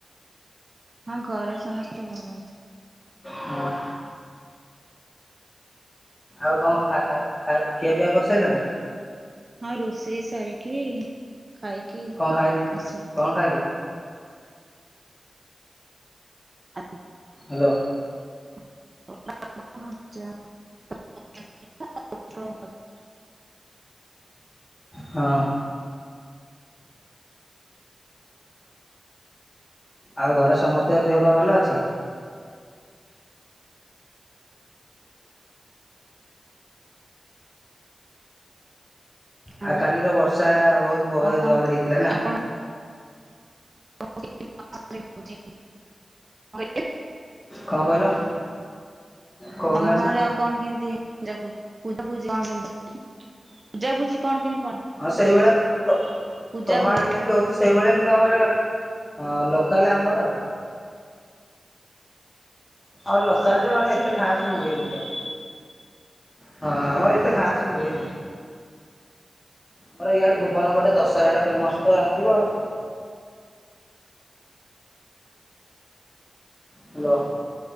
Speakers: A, on the right; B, on the left.
A: ହଁ ଘରେ ସମସ୍ତେ ଭଲ ଅଛି।
B: ହଁ। ଆଉ କଣ ଖା ଖା ଖିଆ ପିଆ କରି ସାରିଲଣି।
A: ହଁ ରୋଷେଇ ସାରିକିି ଖାଇକି
B: କଣ ଖାଇ
A: ଆସିଲି।
B: କଣ ଖାଇଲ?
A: ଆ
B: ହ୍ୟାଲୋ।
A: <unintelligible>
B: ହଁ। ଆଉ ଘରେ ସମସ୍ତଙ୍କ ଦେହ ପା ଭଲ ଅଛି।
A: ହଁ
B: ଆଉ କାଲିର ବର୍ଷା ବହୁତୁ ବହେ
A: ଆଉ କଣ
B: ଜୋରେ ହେଇଥିଲା ନା।
A: ଆପଣଙ୍କ <unintelligible>
B: କଣ କହିଲ? କହୁନାହାନ୍ତି?
A: ତମ ଗାଁ ରେ ଆଉ କଣ କେମିତି ଜା ପୁର ପୂଜା ପୂଜି କଣ କେମତି ପୂଜା ପୂଜି କଣ କେମତି।
B: ହଁ ସେଇଭଳିଆ ତ
A: ପୂଜା
B: ତମ
A: ହୁଏ
B: ଆଡେ ଯେମତି
A: କଣ?
B: ହଉଛି ସେଇଭଳିଆ କି ନ୍ତୁ ଆମର ହଁ ଲୋକାଲ ଆମର ଆଉ। ଆମର ଲୋକାଲ
A: ସବୁ
B: ଯେ ମାନେ
A: ତ ସେ
B: ଏତେ
A: ଲୋକାଲ
B: ଖାସ ହୁଏନି
A: ଆଉ କଣ
B: ତ। ହଁ ଆମର
A: ହଁ
B: ଏତେ ଖାସ ହୁଏନି। ଆମର ଇଆଡେ ଭୁବନ ପଟେ ଦଶହରା ଟା ଫେମସ ତ ଜାଣିଥିବ ଆଉ। ହା ଲୋ।